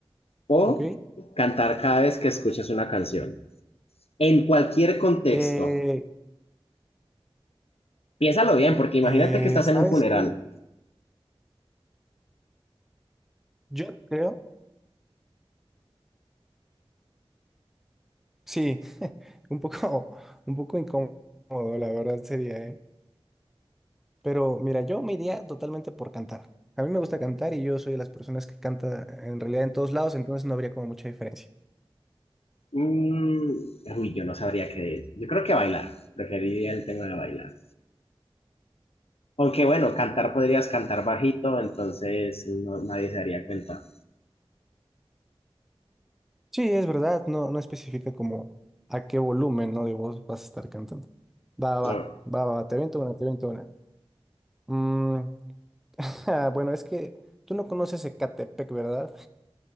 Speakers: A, on the left (about 75°); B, in the centre.
A: ¿O
B: Ok.
A: cantar cada vez que escuchas una canción? En cualquier contexto.
B: Eh,
A: Piénsalo bien, porque imagínate
B: eh,
A: que estás
B: ¿sabes
A: en un funeral.
B: qué? Yo creo. Sí, <laughs> un poco, un poco incómodo, la verdad sería, ¿eh? Pero mira, yo me iría totalmente por cantar. A mí me gusta cantar y yo soy de las personas que canta en realidad en todos lados, entonces no habría como mucha diferencia.
A: Mm, uy, yo no sabría qué. Yo creo que bailar. Preferiría el tema de bailar. Aunque bueno, cantar podrías cantar bajito, entonces no- nadie se daría cuenta.
B: Sí, es verdad, no, no especifica como a qué volumen, ¿no? de voz vas a estar cantando. Va,
A: Bueno,
B: va, va, va, te avento una, te avento una. Mm, <laughs> ja, bueno, es que tú no conoces Ecatepec, ¿verdad?